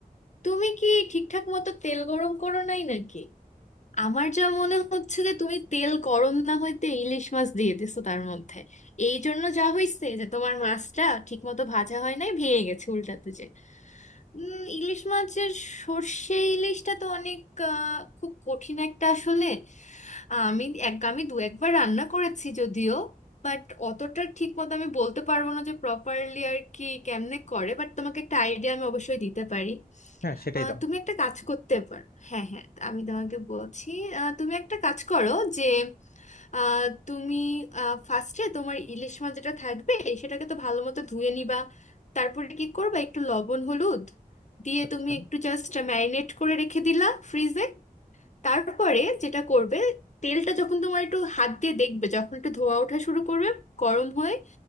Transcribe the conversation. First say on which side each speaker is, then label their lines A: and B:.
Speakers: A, on the left (about 50°); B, on the left (about 80°).
A: তুমি কি ঠিকঠাক মতো তেল গরম করো নাই নাকি আমার যা মনে হচ্ছে যে তুমি তেল গরম না হইতে ইলিশ মাছ দিয়ে দিছো তার মধ্যে এই জন্য যা হয়েছে যে তোমার মাছটা ঠিক মতো ভাজা হয় নাই ভেঙে গেছে উল্টাতে যে উম, ইলিশ মাছের সর্ষে ইলিশটা তো অনেক আহ, খুব কঠিন একটা আসলে আমি এক আমি দু একবার রান্না করেছি যদিও বাট অতটা ঠিক মতো আমি বলতে পারবো না যে প্রপারলি আর কি কেমনে করে বাট তোমাকে একটা আইডিয়া আমি অবশ্যই দিতে পারি
B: হ্যাঁ সেটাই
A: আহ,
B: দাও
A: তুমি একটা কাজ করতে পারো হ্যাঁ হ্যাঁ আমি তোমাকে বলছি আহ, তুমি একটা কাজ করো যে আহ, তুমি ফার্স্টে তোমার ইলিশ মাছ যেটা থাকবে সেটাকে তো ভালো মতো ধুয়ে নিবা তারপরে কি করবা একটু লবণ হলুদ দিয়ে
B: আচ্ছা
A: তুমি একটু জাস্ট ম্যারিনেট করে রেখে দিলা ফ্রিজে তারপরে যেটা করবে তেলটা যখন তোমার একটু হাত দিয়ে দেখবে যখন একটু ধোয়া ওঠা শুরু করবে গরম হয়ে